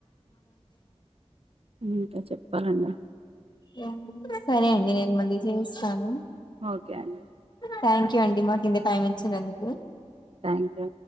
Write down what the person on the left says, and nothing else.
హో సరే అండి నేను మళ్ళీ చేయిస్తాను.
థ్యాంక్ యూ అండి మాకు ఇంత టైం ఇచ్చినందుకు,